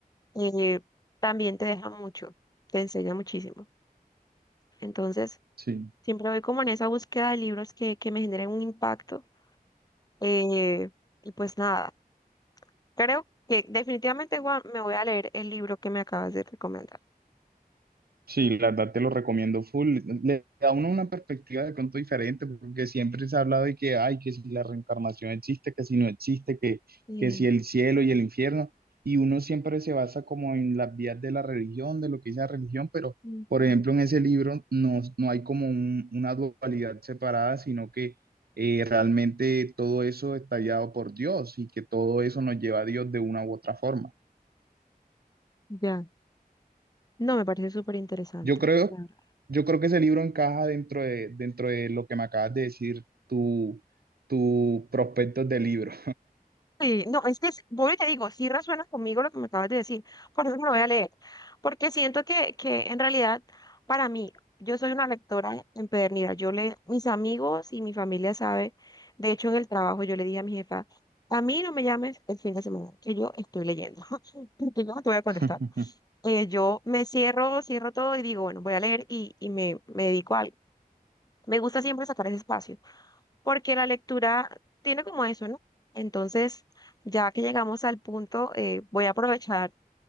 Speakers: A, on the left; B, on the right.
A: eh, también te deja mucho, te enseña muchísimo. Entonces,
B: sí.
A: siempre voy como en esa búsqueda de libros que, que me generen un impacto. eh, y pues nada. Creo que definitivamente Juan, me voy a leer el libro que me acabas de recomendar.
B: Sí, la verdad te lo recomiendo full. Le da a uno una perspectiva de pronto diferente, porque siempre se ha hablado de que, ay, que si la reencarnación existe, que si no existe, que,
A: Sí.
B: que si el cielo y el infierno, y uno siempre se basa como en las vías de la religión, de lo que dice la religión, pero,
A: Ujú.
B: por ejemplo, en ese libro no, no hay como un- una dualidad separada, sino que eh, realmente todo eso está guiado por Dios y que todo eso nos lleva a Dios de una u otra forma.
A: Ya, No, me parece súper interesante.
B: Yo creo,
A: claro.
B: yo creo que ese libro encaja dentro de, dentro de lo que me acabas de decir, tu, tu prospectos de libro.
A: Sí, no, es que es- voy y te digo, sí resuena conmigo lo que me acabas de decir, por eso me lo voy a leer, porque siento que, que en realidad para mí, yo soy una lectora empedernida, yo le, mis amigos y mi familia sabe, de hecho en el trabajo yo le dije a mi jefa, a mí no me llames el fin de semana, que yo estoy leyendo, <laughs> porque yo no te voy a contestar.
B: <laughs>
A: eh, yo me cierro, cierro todo y digo, bueno, voy a leer y, y me, me dedico a algo. Me gusta siempre sacar ese espacio, porque la lectura tiene como eso, ¿no? Entonces, ya que llegamos al punto, eh, voy a aprovechar